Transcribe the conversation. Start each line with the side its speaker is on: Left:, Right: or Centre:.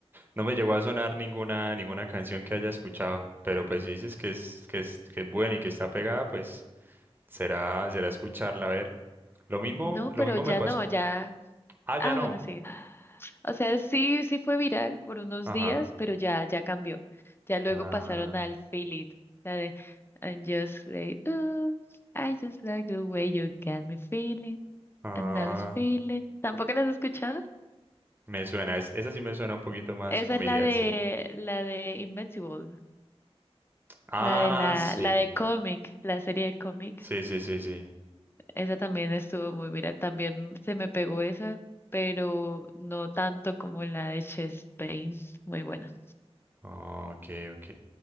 Right: no me llegó a sonar ninguna, ninguna canción que haya escuchado. Pero pues si dices que es, que es, que es buena y que está pegada, pues será, será escucharla, a ver. Lo mismo,
Left: No,
Right: lo
Left: pero
Right: mismo
Left: ya
Right: me pasó.
Left: no, ya.
Right: Ah,
Left: Ah,
Right: ya no.
Left: bueno, sí. O sea, sí, sí fue viral por unos
Right: Ajá.
Left: días, pero ya, ya cambió. Ya luego
Right: Ah,
Left: pasaron al Feel It, la de And just like, ooh, I just like the way you got me feeling,
Right: ah,
Left: and now it's feeling. ¿Tampoco las has escuchado?
Right: me suena, es- esa sí me suena un poquito más
Left: Esa
Right: familiar,
Left: es la de
Right: sí.
Left: la de Invincible,
Right: Ah,
Left: la de la
Right: sí,
Left: la de cómic, la serie de cómic.
Right: sí, sí, sí, sí.
Left: Esa también estuvo muy viral, también se me pegó esa, pero no tanto como la de Chess Pain, muy buena.
Right: Ah, ok, ok.